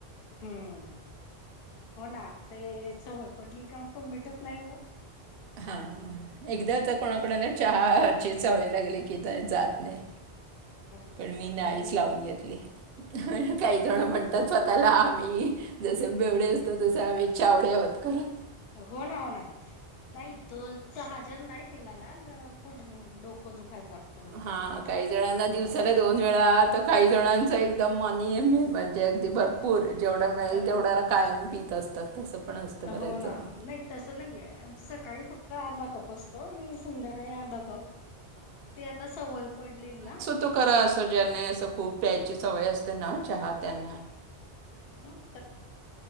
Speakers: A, on the left (about 65°); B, on the right (about 65°).
A: हम्म हो ना ते सवय पडली का मग तो मिटत नाही हो.
B: हा एकदा तर कोणाकडन चहा ची सवय लागल की जात नाहीं.
A: हम्म
B: पण मी
A: लवकर
B: नाहीच
A: नाही
B: लावून घेतली
A: हम्म
B: काही जण म्हण त स्वतःला आम्ही जसे बेवडे असतो तसे आम्ही चावडे आहोत खरं.
A: हो ना हो ना नाही तो चहा जर नाही पिला ना खूप म डोकं क दुखायला लागतं
B: हां काही जणांना
A: हम्म.
B: दिवसाला दोन वेळा त काही जणांच एकदम मनि म्हणजे म अगदी भर पूर जेवढा मिळेल तेवढ्या
A: हो
B: कायम पीत असतात तसं. पण असतं बऱ्याच
A: हो
B: जण
A: ना नाही तसं नाहीये सकाळी फक्त अर्धा कप असं तो नी संध्याकाळी अर्धा कप, ती आता सवय पडलेली ना
B: तू करा असं ज्यांना असं खूप प्यायची सवय असते ना चहा त्यांना.
A: हम्म मगं.